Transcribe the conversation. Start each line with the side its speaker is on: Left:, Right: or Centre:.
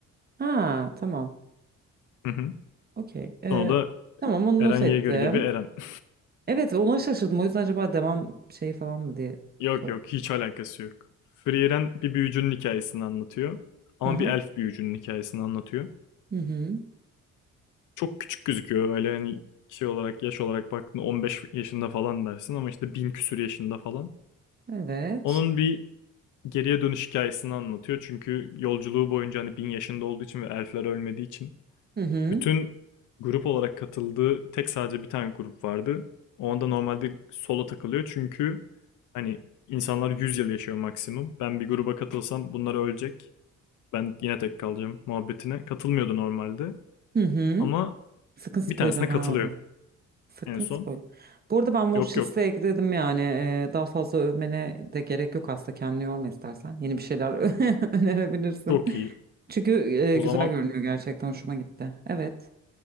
Right: Ha tamam.
Left: Hı hı.
Right: Okey. Ee,
Left: Sonra da
Right: tamam onu
Left: Eren
Right: not ettim.
Left: Yeager gibi Eren. <laughs>
Right: Evet ona şaşırdım. O yüzden acaba devam şeyi falan mı diye
Left: Yok
Right: sordum.
Left: yok hiç alakası yok. Free Eren bir büyücünün hikayesini anlatıyor. Ama
Right: Aha.
Left: bir elf büyücünün hikayesini anlatıyor.
Right: Hı hı.
Left: Çok küçük gözüküyor öyle hani şey olarak yaş olarak baktığında 15 yaşında falan dersin ama işte bin küsür yaşında falan.
Right: Evet.
Left: Onun bir geriye dönüş hikayesini anlatıyor. Çünkü yolculuğu boyunca hani bin yaşında olduğu için ve elfler ölmediği için
Right: Hı hı.
Left: Bütün grup olarak katıldığı tek sadece bir tane grup vardı. Onda normalde solo takılıyor çünkü hani insanlar 100 yıl yaşıyor maksimum. Ben bir gruba katılsam bunlar ölecek. Ben yine tek kalacağım muhabbetine. Katılmıyordu normalde.
Right: Hı hı.
Left: Ama
Right: Sakın spoiler
Left: bir tanesine
Right: verme
Left: katılıyor
Right: bana. Sakın
Left: en son.
Right: spoil. Bu arada ben watch
Left: Yok
Right: listeye
Left: yok
Right: ekledim yani. Ee, daha fazla övmene de gerek yok aslında. Kendini yorma istersen. Yeni bir şeyler <laughs> önerebilirsin.
Left: çok iyi.
Right: Çünkü e,
Left: O
Right: güzel
Left: zaman
Right: görünüyor gerçekten. Hoşuma gitti. Evet.